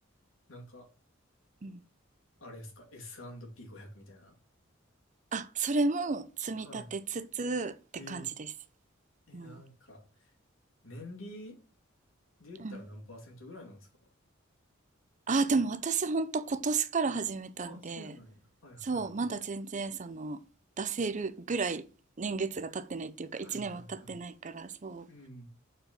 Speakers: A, on the left (about 70°); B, on the right (about 35°).
A: なんか、
B: うん、
A: あれですか ?S&P500 みたいな。
B: あそれも積み立てつつって感じです、
A: はい。ええ。え、
B: うん、
A: なんか、年利で言ったら何パーセントぐらいなんですか
B: うん、あでも私ほんと今年から始めたんで
A: ああ、そうなんや。はいはいはい。
B: そうまだ全然その出せるぐらい年月が経ってないっていうか1年は経ってないからそ
A: はいはいはいうん。